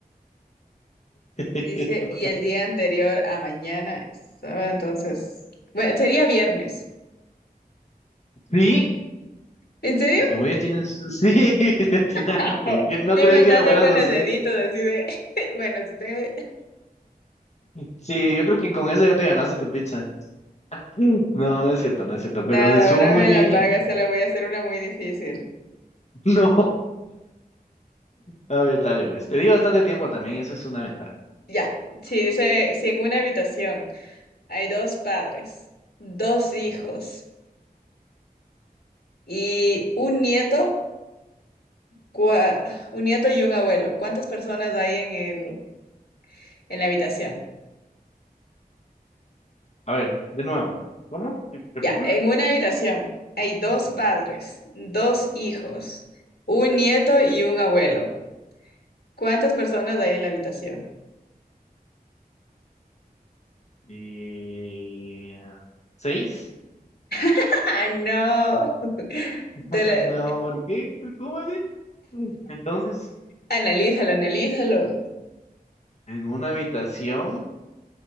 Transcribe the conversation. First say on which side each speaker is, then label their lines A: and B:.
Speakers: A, on the left (about 45°); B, on the left (about 85°).
A: <laughs>
B: Dice, y el día anterior a mañana es sábado, entonces, bueno, sería viernes.
A: ¿Sí?
B: ¿En serio?
A: Oye, tienes. Sí, <laughs> le atinaste.
B: <laughs>
A: que No
B: Yo
A: creí
B: contando
A: que lo fueras
B: con
A: a
B: los
A: hacer.
B: deditos, así de, <laughs> bueno, si tengo,
A: Sí, yo creo que con eso ya te ganaste tu pizza. <clears throat> <laughs> No, no es cierto, no es cierto,
B: nada,
A: pero estuvo
B: ahora
A: muy
B: me
A: bien.
B: la paga,
A: <laughs>
B: se la voy a hacer una muy difícil.
A: No. A ver, dale, pues. Te di bastante tiempo también, eso es una ventaja.
B: Ya, si dice, si en una habitación hay dos padres, dos hijos
A: Ujú.
B: y un nieto, cua- un nieto y un abuelo, ¿cuántas personas hay en el, en la habitación?
A: A ver, de nuevo. ¿Cómo? Sí, Repítemelo.
B: Ya, en una habitación hay dos
A: Ujú.
B: padres, dos hijos, un nieto y un abuelo. ¿Cuántas personas hay en la habitación?
A: Y... ¿Seis?
B: <laughs> ¡Ah, no!
A: <laughs>
B: Te la-
A: No, ¿por qué? ¿Cómo así? Entonces.
B: Analízalo, analízalo.
A: En una habitación